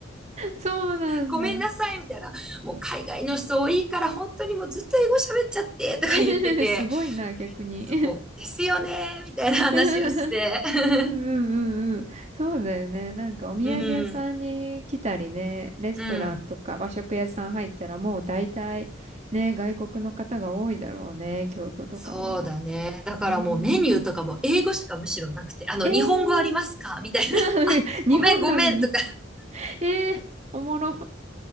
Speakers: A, on the right (about 35°); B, in the centre.
A: そうなんだ。
B: ごめんなさい、みたいな。もう海外の人多いから、本当にもうずっと英語喋っちゃって、とか言ってて、
A: <laughs> すごいな、逆に。
B: そうですよね、みたいな話をして。
A: <laughs>
B: <laughs>
A: うんうんうんうん。そうだよね。なんかお土産屋さんに来たりね、
B: うん、
A: レストランとか和食屋さん入ったらもう大体ね、
B: うん。
A: 外国の方が多いだろうね、京都とかは。
B: そうだね。だからもうメニューとかも英語しかむしろなくて、
A: うん。
B: あの、
A: えー、
B: 日本語ありますかみたいな。
A: <laughs>
B: <laughs> あ、ごめん、
A: 日本なのに。
B: ごめんとか
A: えー、おもろ。